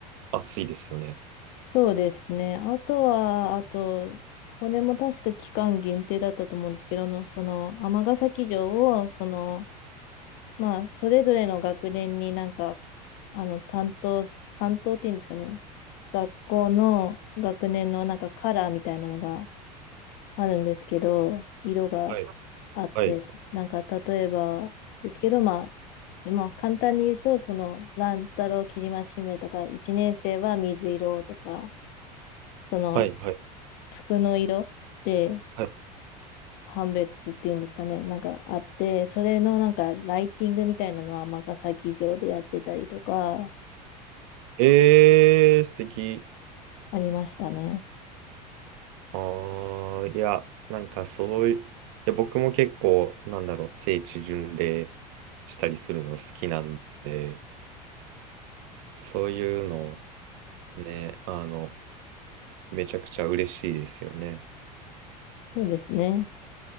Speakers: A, on the right (about 60°); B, on the left (about 55°).
A: 熱いですよね。
B: そうですね。あとは、あと、これも確か期間限定だったと思うんですけど、あのその、尼崎城を、その、まあ、それぞれの学年になんか、あの、担当す、担当っていうんですかね。学校の学年のなんかカラーみたいなのがあるんですけど、色が
A: はい、
B: あって、
A: はい、
B: なんか例えばですけど、まあ、でまあ、簡単に言うと、その、乱太郎きりましめとか、一年生は水色とか、その、
A: はい、はい。
B: 服の色で
A: はい
B: 判別っていうんですかね、なんかあって、それのなんかライティングみたいなのは尼崎城でやってたりとか、
A: えー、素敵。
B: ありましたね。
A: ああ、いや、なんかそういう、いや、僕も結構、なんだろう、聖地巡礼したりするの好きなんで、そういうの、ね、あの、めちゃくちゃ嬉しいですよね。
B: そうですね。